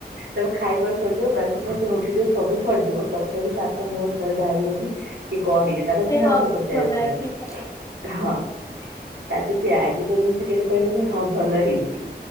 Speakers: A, on the right; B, on the left.
A: ତାର ଖାଇବା ସରିଯିବ ବାସନ ଫାସନ ଉଠିଯିବ ସବୁ ସରିଯିବ ତଥାପି ସାରଙ୍କ ମୁହରୁ ଥରେ ବାହାରିବନି କି କଁ ହେଇଚି? ତାଠାରୁ ପୁଣି
B: ହଁ
A: ଆଉ ଥରେ ପଚାରିବାକୁ
B: ଭଲ
A: ପଡିବ
B: ଅଛି ହଁ
A: ହଁ। ତାକୁ ସେ ଆଜି ପର୍ଯ୍ୟନ୍ତ ସେ କେବେ କହିବେନି ହଁ ଭଲ ହେଇଛି।